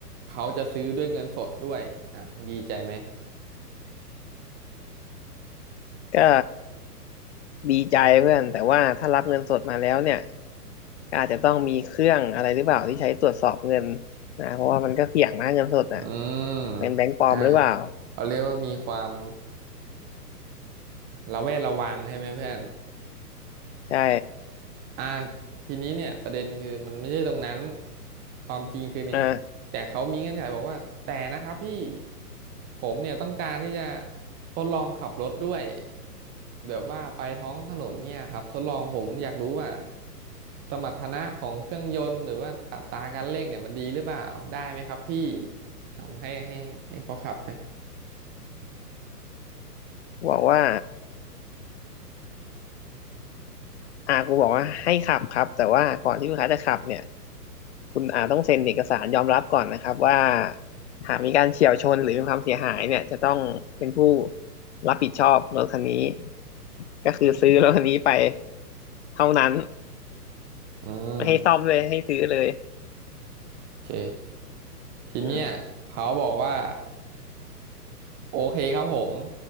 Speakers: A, on the right; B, on the left.
A: เขาจะซื้อด้วยเงินสดด้วยอ่ะมึงดีใจไหม
B: ก็ ดีใจเพื่อนแต่ว่าถ้ารับเงินสดมาแล้วเนี่ยก็อาจจะต้องมีเครื่องอะไรหรือเปล่าที่ใช้ตรวจสอบเงินนะเพราะว่ามันก็เสี่ยงนะเงินสดอ่ะ
A: อืม
B: เป็นแบงก์ปลอมหรือเปล่า
A: อ่าเขาเรียกว่ามีความระแวดระวังใช่ไหมเพื่อน
B: ใช่
A: อ่าทีนี้เนี่ยประเด็นคือมันไม่ใช่ตรงนั้นความจริงคือเนี่ยแต่เขามีเงื่อนไขบอกว่าแต่นะครับพี่
B: อ่า
A: ผมเนี่ยต้องการที่จะทดลองขับรถด้วยแบบว่าไปท้องถนนเนี่ยครับทดลองผมอยากรู้ว่าสมรรถนะของเครื่องยนต์หรือว่าอัตราการเร่งเนี่ยมันดีหรือเปล่าได้ไหมครับพี่ผมให้ให้ให้เขาขับไหม
B: บอกว่าอ่ากูบอกว่าให้ขับครับแต่ว่าก่อนที่ลูกค้าจะขับเนี่ยคุณอาต้องเซ็นเอกสารยอมรับก่อนนะครับว่าหากมีการเฉี่ยวชนหรือมีความเสียหายเนี่ยจะต้องเป็นผู้รับผิดชอบรถคันนี้ก็คือซื้อรถคันนี้ไปเท่านั้น
A: <laughs> อืม
B: ไม่ให้ซ่อมเลยให้ซื้อเลย
A: โอเคทีเนี้ยเขาบอกว่า
B: อืม
A: โอเคครับผม